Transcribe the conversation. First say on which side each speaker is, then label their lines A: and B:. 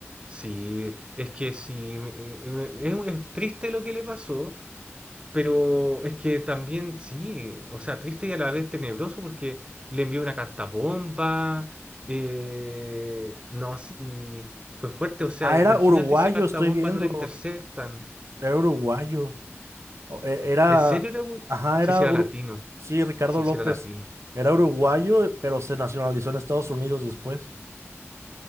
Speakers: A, on the right; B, on the right.
A: Sí, es que sí, me- eh, eh, es, es triste lo que le pasó, pero es que también sí, o sea, triste y a la vez tenebroso porque le envió una carta bomba, eh, no, sí, fue fuerte, o sea,
B: Ah,
A: imagínate
B: era uruguayo,
A: esa carta
B: estoy
A: bomba
B: viendo.
A: no la interceptan.
B: Era uruguayo. O- e- Era,
A: ¿En serio era,
B: ajá,
A: si
B: era,
A: sí, sí era
B: ur-
A: latino,
B: sí, Ricardo
A: si
B: López.
A: sí, sí era latino.
B: Era uruguayo, pero se nacionalizó en Estados Unidos después.